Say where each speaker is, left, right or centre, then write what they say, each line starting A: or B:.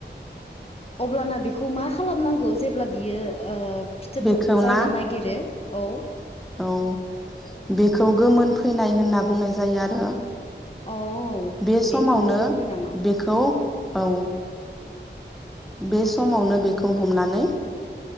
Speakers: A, on the left; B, in the centre.
A: अब्लाना बेखौ मा खालामनांगौ जेब्ला बियो ओ फिथोब
B: बेखौ
A: थोबनो जायगा
B: ना
A: नागिरो? औ।
B: औ बेखौ गोमोन फैनाय होनना बुंनाय जायो आरो।
A: औ
B: बे समावनो
A: बेखौनो बुङो नामा
B: बेखौ औ बे समावनो बेखौ हमनानै